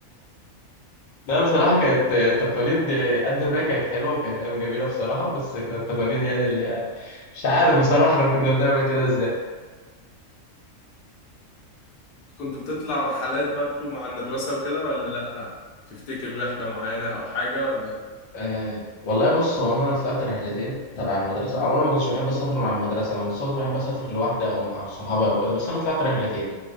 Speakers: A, on the left; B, on the left.
A: لا بصراحة كانت تقاليد قد ما كانت حلوة وكانت أيام جميلة بصراحة بس كانت تقاليد يعني اللي هي مش عارف بصراحة احنا كنا بنعمل كده ازاي
B: كنت بتطلع رحلات برضه مع المدرسة وكده ولا لأ تفتكر رحلة معينة أو حاجة ولا
A: أه والله بص هو أنا طلعت رحلتين تبع المدرسة عمري ما كنتش بحب أسافر مع المدرسة أنا من الصغر بحب أسافر لوحدي أو مع صحابي أو كده بس أنا طلعت رحلتين